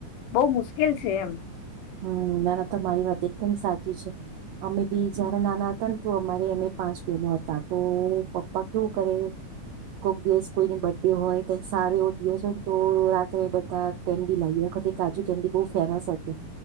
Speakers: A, on the left; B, on the right.
A: બહુ મુશ્કેલ છે એમ.
B: હમ્મ નાના તો મારી વાત એકદમ સાચી છે અમે બી જારે નાના હતા ને તો અમારે અમે પાંચ બેહેનો હતા તો પપ્પા કેવું કરે કોક દિવસ કોઈને બર્ડે હોય કઈક સારો એવો દિવસે ને તો રાત્રે બધા કેન્ડી લાવએ આખતે કાજુ કેન્ડી બહુ ફેમસ હતી.